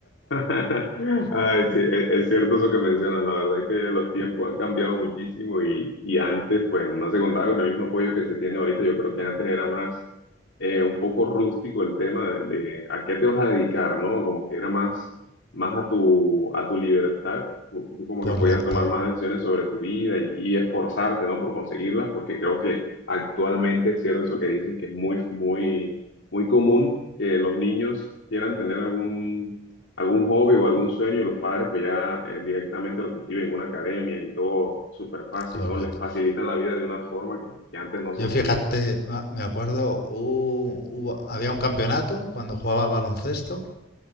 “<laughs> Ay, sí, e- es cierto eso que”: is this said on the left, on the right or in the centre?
Left